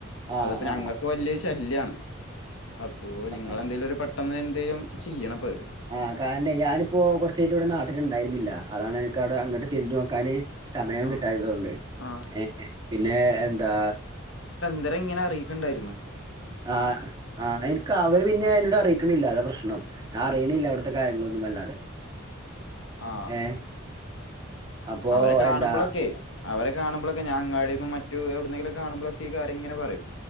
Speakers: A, on the right (about 20°); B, on the left (about 70°).
A: ആഹ്
B: അതപ്പോ ഞങ്ങൾക്ക്
A: ആഹ്
B: വലിയ ശല്യാണ് അപ്പൊ നിങ്ങളെന്തെലും
A: ആഹ്
B: ഒരു പെട്ടെന്ന് എന്തെലും ചെയ്യണം ഇപ്പത്
A: ആഹ് കാരണം ഞാനിപ്പോ കൊറച്ചായിട്ട് ഇവിടെ നാട്ടില് ഉണ്ടായിരുന്നില്ല അതാണ് എനിക്ക് അവിടെ അങ്ങോട്ട് തിരിഞ്ഞു നോക്കാന് സമയം
B: ആഹ്
A: കിട്ടായതൊണ്ട്
B: ആഹ്
A: ഏഹ് പിന്നെ എന്താ
B: ന്തരം ഇങ്ങനെ അറിയിക്കുന്നുണ്ടായിരുന്നു
A: ആഹ് ആഹ് എനിക്ക് അവര് പിന്നെ എന്നോട് അറിയിക്കണില്ല അതാ പ്രശ്നം ഞാൻ അറിയണില്ല അവിടുത്തെ കാര്യങ്ങളൊന്നും അല്ലാതെ
B: ആഹ്
A: ഏഹ് അപ്പൊ
B: അവരെ കാണുമ്പോളൊക്കെ
A: എന്താ
B: അവരെ കാണുമ്പോളൊക്കെ ഞാൻ അങ്ങാടീന്നും മറ്റും എവിടുന്നെലും കാണുമ്പോഴൊക്കെ ഈ കാര്യംങ്ങനെ പറയും